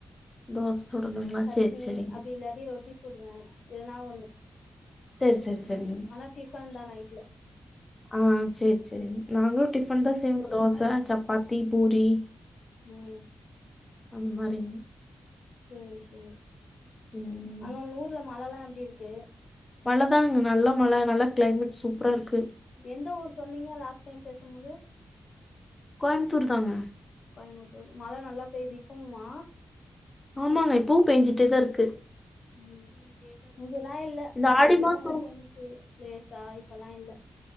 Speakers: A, on the left (about 30°); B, on the left (about 75°).
A: தோச சுடணுங்களா
B: சட்னி
A: சேரி சேரிங்க
B: அப்டி இல்லாட்டி ரொட்டி சுடுவ எதனா ஒண்ணு
A: சேரி சேரி என்ற செரிங்க
B: ஆனா டிஃபன் தா நைட்ல
A: ஆ சேரி சேரங்க நாங்களு டிஃபன் தா செய்வோ தோச சப்பாத்தி பூரி
B: ம்
A: அந்த மாரிங்க
B: சேரி சேரி
A: ம்
B: அங்க ஒங்க ஊர்ல மழல்லா எப்டிருக்கு
A: மழ தாங்க நல்ல மழ நல்லா க்ளைமேட் சூப்பராருக்கு
B: எந்த ஊர் சொன்னீங்க லாஸ்ட் டைம் பேசபோது
A: கோயம்புத்தூர் தாங்க
B: கோயமுத்தூரு மழ நல்லா பெய்யுது இப்பவுமா
A: ஆமாங்க இப்பவு பேஞ்சிட்டேதாருக்கு
B: ம் இங்கலா இல்ல
A: இந்த
B: காலயில
A: ஆடி மாசோ
B: மழ பேஞ்ச்சு லேசா இப்பலா இல்ல